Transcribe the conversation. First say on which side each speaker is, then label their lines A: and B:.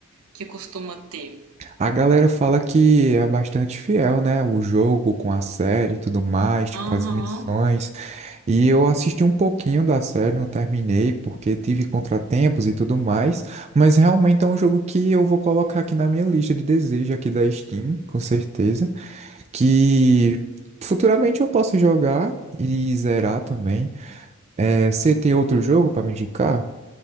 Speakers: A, on the right; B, on the right.
A: que costuma ter.
B: A galera fala que é bastante fiel, né? O jogo com a série e tudo mais, tipo
A: Aham.
B: as missões. E eu assisti um pouquinho da série, não terminei, porque tive contratempos e tudo mais. Mas realmente é um jogo que eu vou colocar aqui na minha lista de desejo aqui da Steam, com certeza. Que futuramente eu posso jogar e zerar também. É, você tem outro jogo para me indicar?